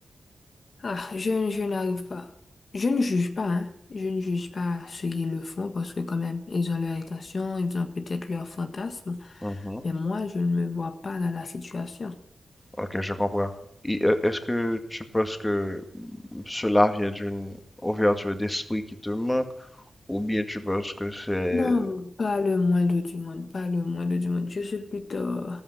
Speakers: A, on the left (about 55°); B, on the left (about 15°).
A: Ah, je, je n'arrive pas. Je ne juge pas, hein. Je ne juge pas ceux qui le font parce que quand même, ils ont leur intention, ils ont peut-être leur fantasme.
B: Mhm.
A: Mais moi, je ne me vois pas dans la situation.
B: Ok, je comprends. Et, euh, Est-ce que tu penses que cela vient d'une ouverture d'esprit qui te manque, ou bien tu penses que c'est...
A: Non, pas le moindre du monde, pas le moindre du monde. Je suis plutôt,